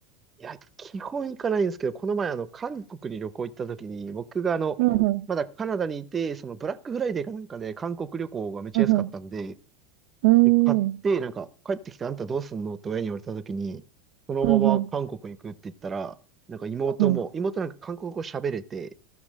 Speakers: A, on the right; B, on the right.
A: いや、基本行かないんですけど、この前、あの、韓国に旅行行った時に、僕があの、
B: うんうん。
A: まだカナダにいて、そのブラックフライデーかなんかで韓国旅行がめっちゃ安かったんで、
B: うんうん。うー
A: で、買って、
B: ん。
A: なんか、帰ってきてあんたどうすんのって親に言われたときに、そのまま韓国行くって言ったら、
B: うんうん。
A: なんか妹も、
B: うんうん。
A: 妹なんか韓国語喋れて、